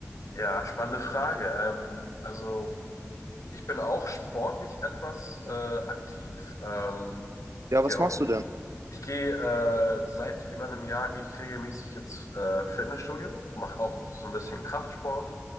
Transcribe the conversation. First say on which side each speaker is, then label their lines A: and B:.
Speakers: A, on the left; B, on the right.
A: Ja, spannende Frage. Ähm, also ich bin auch sportlich etwas äh, aktiv. Ähm,
B: Ja,
A: ich
B: was
A: gehe
B: machst
A: auch,
B: du denn?
A: ich gehe äh, seit über einem Jahr gehe ich regelmäßig ins äh, Fitnessstudio, mache auch so ein bisschen Kraftsport,